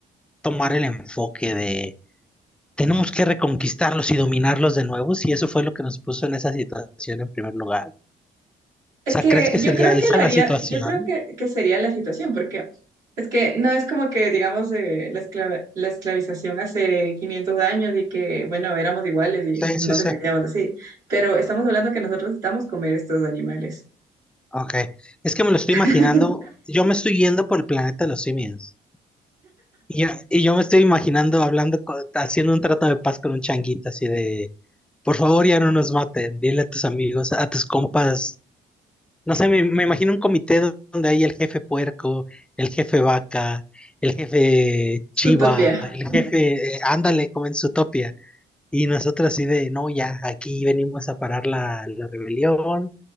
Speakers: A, in the centre; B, on the right.
A: tomar el enfoque de tenemos que reconquistarlos y dominarlos de nuevo si eso fue lo que nos puso en esa situación en primer lugar? O
B: Es
A: sea,
B: que
A: ¿crees que sería
B: yo creo
A: esa
B: que lo
A: la
B: haría,
A: situación?
B: yo creo que, que sería la situación porque es que no es como que, digamos, eh, la esclava- la esclavización hace 500 años y que, bueno, éramos iguales y
A: Sí,
B: no
A: sí, sí.
B: dependíamos así, pero estamos hablando que nosotros necesitamos comer estos animales.
A: Ok. Es que me lo estoy
B: <laughs>
A: imaginando, yo me estoy yendo por el planeta de los simios. Y yo, y yo me estoy imaginando hablando, con- haciendo un trato de paz con un changuito así de, por favor ya no nos maten, dile a tus amigos, a tus compas No sé, me, me imagino un comité donde hay el jefe puerco, el jefe vaca, el jefe chiva,
B: Utopía.
A: el jefe, eh, ándale, como en Zootopia. Y nosotros así de, no, ya, aquí venimos a parar la, la rebelión,